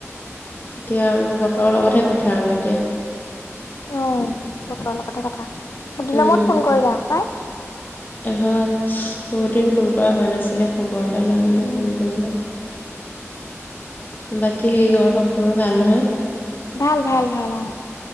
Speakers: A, on the left; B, on the left.
A: এতিয়া আৰু বতৰৰ লগতহে কথা আৰু এতিয়া।
B: অ বতৰৰ লগতে কথা। দিন
A: উম,
B: মূৰত ফোন কৰিলা পাই।
A: হয় বহুত দিন ফোন কৰা হোৱা নাছিলে খবৰত তাল হলে
B: উম।
A: ফোন কৰিলা। বাকী
B: এয়া
A: ঘৰত সকলোৰে ভাল নহয়।
B: ভাল, ভাল, ভাল অ